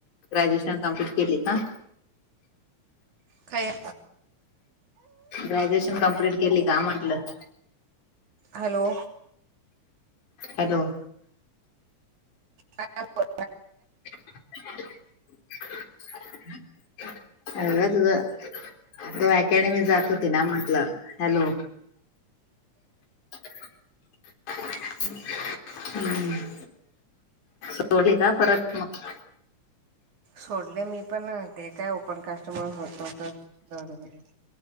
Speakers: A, on the left; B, on the right.
A: ग्रॅज्युएशन कंप्लीट केली का?
B: काय?
A: ग्रॅज्युएशन कंप्लीट केली का म्हटलं?
B: हॅलो!
A: हॅलो!
B: हा हा बोल.
A: <unintelligible> अगं तुझ तु अकॅडमी जात होती ना, म्हटलं हँलो! ह ह. सोडली का परत मग?
B: सोडले मी पण ते काय ओपन कास्ट म्हणून होत नव्हतंमध्ये